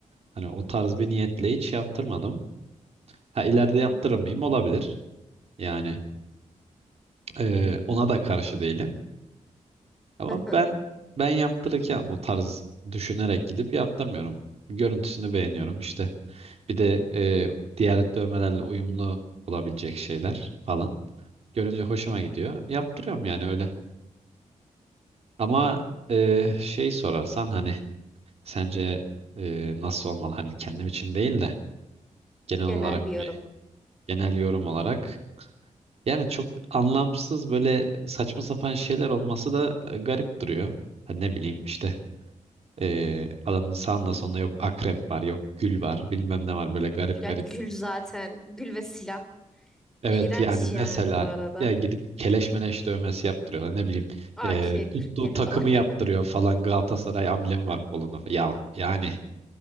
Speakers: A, on the right; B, in the centre.
A: hani o tarz bir niyetle hiç yaptırmadım ha ileride
B: Anladım.
A: yaptırır mıyım olabilir yani. Ee, ona da karşı değilim. Ama
B: <laughs>
A: ben ben yaptırırken o tarz düşünerek gidip yaptırmıyorum. Görüntüsünü beğeniyorum işte. Bir de e, diğer dövmelerle uyumlu olabilecek şeyler falan. Görünce hoşuma gidiyor. Yaptırıyorum yani öyle. Ama e, şey sorarsan hani sence e, nasıl olmalı? Hani kendim için değil de genel
B: Genel
A: olarak
B: bir yorum.
A: bir genel yorum olarak. Yani çok anlamsız böyle saçma sapan şeyler olması da e, garip duruyor. Hani ne bileyim işte Ee, adamın sağında sonunda yok akrep var, yok gül var, bilmem ne var böyle garip
B: Ya
A: garip.
B: gül zaten. Gül ve silah.
A: Evet
B: İğrenç
A: yani mesela
B: yani bu arada.
A: ya gidip keleş meleş dövmesi yaptırıyorlar ne bileyim
B: AK-47
A: ee, tuttuğu takımı
B: falan.
A: yaptırıyor
B: <laughs>
A: falan Galatasaray amblemi var kolunda. falan. Ya yani